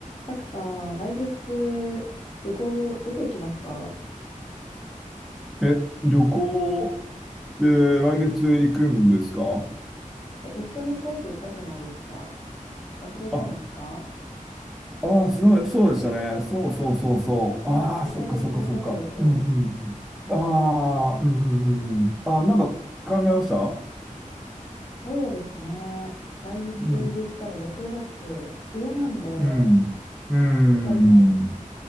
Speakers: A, on the left; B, in the centre.
A: たくさん、来月、旅行、どこ行きますか
B: え、旅行で来月行くんですか
A: え、一緒に行こうって言ったじゃないですか。忘れたんですか
B: あ、ああ、そうそうでしたね。そうそうそうそう。
A: まだ行き先決めてないですよ。
B: ああ、そっかそっかそっか。うんうん。ああ、うんうんうんうん。ああ、なんか考えました
A: そうですね。来月で言ったら6月、
B: うん、
A: 梅雨なんで、
B: うん、う
A: どこがいいんだろ
B: ん。